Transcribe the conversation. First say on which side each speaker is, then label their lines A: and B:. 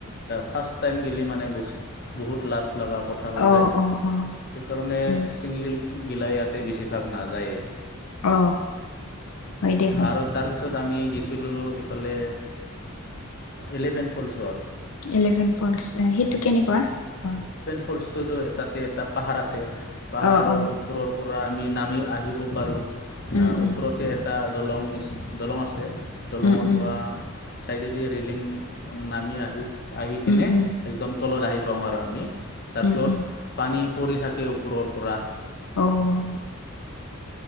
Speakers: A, on the left (about 45°); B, on the left (about 75°).
A: ফাৰ্ষ্ট টাইম গেলি মানে বস্ত বহুত লাজ লগা কথা হৈ
B: অঁ
A: যায়
B: অঁ অঁ অঁ,
A: সেইকাৰণে
B: উম
A: ছিংগল গিলা ইয়াতে বেছিভাগ নাযায়ে
B: অ হয় দে হয়
A: আৰু তাৰপিছত আমি গৈছিলোঁ এইফালে ইলেভেন ফল্ছত
B: ইলেভেন ফল্টছ সেইটো কেনেকুৱা অ
A: ফল্ছত তাতে এটা পাহাৰ আছে পাহাৰৰ
B: অঁ অঁ
A: ওপৰৰ পৰা আমি নামি আহিব পাৰোঁ
B: উম উম
A: ওপৰতে এটা দলং দলং আছে দলঙৰ
B: উম উম
A: পৰা চাইডেডি ৰেলিং নামি আহো আহি কেনে
B: উম উম উম
A: একদম তলত আহি পাওঁ আৰু আমি তাৰপিছত
B: উম উম
A: পানী পৰি থাকে ওপৰৰ পৰা।
B: অ'